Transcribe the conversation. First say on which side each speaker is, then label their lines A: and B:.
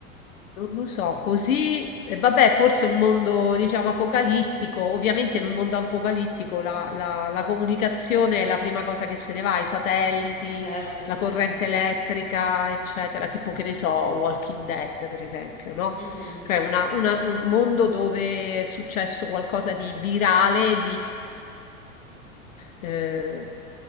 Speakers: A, on the left; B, on the left.
A: Non lo so, così, e vabbè, forse un mondo, diciamo, apocalittico. Ovviamente in un mondo apocalittico la, la- la comunicazione è la prima cosa che se ne va, i satelliti,
B: è certo,
A: la
B: sì,
A: corrente
B: sì.
A: elettrica, eccetera, tipo che ne so, Walking Dead, per esempio, no?
B: Mhm.
A: Cioè una- una- un mondo dove è successo qualcosa di virale, eh,